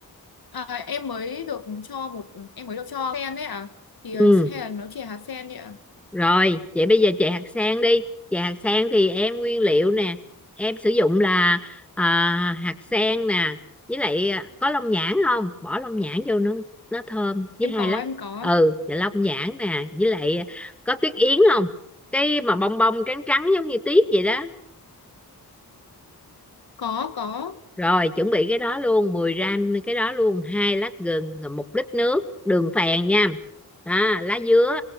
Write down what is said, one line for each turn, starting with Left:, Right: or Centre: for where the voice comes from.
Left: ờ, em mới được cho một em mới được cho sen đấy à thì ờ,
Centre: ừ
Left: hay là nó chỉ hạt sen đấy ạ
Centre: rồi vậy bây giờ chè hạt sen đi chè hạt sen thì em nguyên liệu nè em sử dụng là à, hạt sen nè với lại à, có long nhãn không bỏ long nhãn vô nó nó thơm với
Left: em
Centre: hai
Left: có
Centre: lát
Left: em có
Centre: ừ và long nhãn nè với lại à, có tuyết yến không cái mà bông bông trắng trắng giống như tuyết vậy đó
Left: có có
Centre: Rồi chuẩn bị cái đó luôn 10 gram cái đó luôn hai lát gừng rồi một lít nước đường phèn nha đó, lá dứa